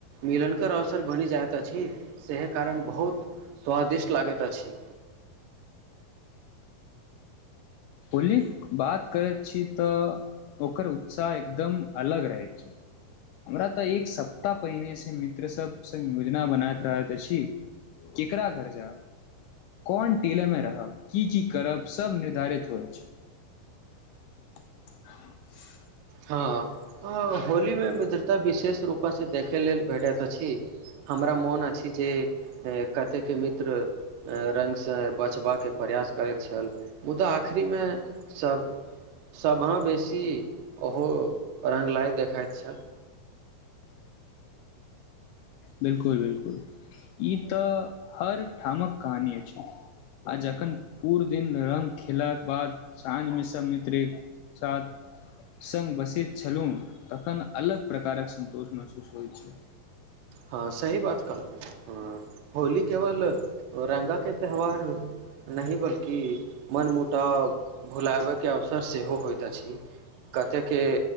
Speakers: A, on the right; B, on the left.
A: मिलनकेर अवसर बनि जाइत अछि सेह कारण बहुत स्वादिष्ट लागैत अछि
B: होलीक बात करैत छी तऽ ओकर उत्साह एकदम अलग रहैत छै हमरा तऽ एक सप्ताह पहिनेसँ मित्र सब सङ् योजना बनाैत रहैत अछि केकरा घर जायब कोन टेलेमे रहब की की करब सभ निर्धारित <unintelligible>
A: हँ हँ होलीमे मित्रता विशेष रूपासँ देखै लेल भेटैत अछि हमरा मोन अछि जे कतेकके मित्र रङ्गसँ बचबाक प्रयास करैत छल मुदा आखरीमे सभ सभ बेसी ओहो रङ्गलाइ देखाइत छल
B: बिलकुल बिलकुल ई तऽ हर ठामक कहानी अछि आ जखन पूरा दिन रंगग खेलाक बाद साँझ मे सब मित्र एक साथ स्ग बसैत छलहु तखन अलग प्रकारक संन्तोष महसूस होइत छै
A: हँ सही बात कहू ह होली केवल रङ्गाके त्यौहार नहि बल्कि मनमुटाव भुलाबैके अवसर सेहो होइत अछि कतेके